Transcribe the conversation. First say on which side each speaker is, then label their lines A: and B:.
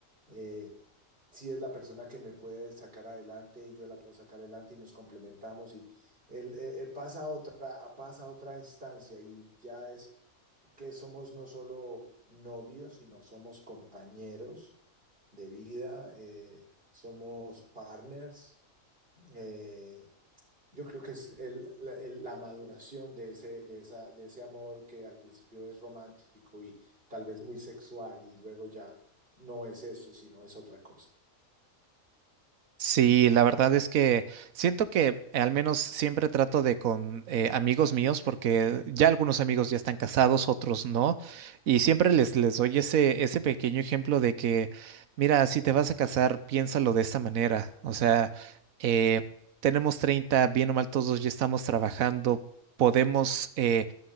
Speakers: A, on the right; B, on the right.
A: eh, si es la persona que me puede sacar adelante y yo la puedo sacar adelante y nos complementamos y él, eh, eh, pasa a otra, pasa a otra instancia y ya es que somos no solo novios, sino somos compañeros de vida, eh, somos partners. eh, yo creo que es el- la, el- la maduración de ese, de esa, de ese amor que al principio es romántico y tal vez muy sexual y luego ya no es eso, sino es otra cosa.
B: Sí, la verdad es que siento que eh, al menos siempre trato de con eh, amigos míos, porque ya algunos amigos ya están casados, otros no, y siempre les, les doy ese, ese pequeño ejemplo de que, mira, si te vas a casar, piénsalo de esta manera. O sea, eh, tenemos 30 bien o mal todos ya estamos trabajando, podemos eh,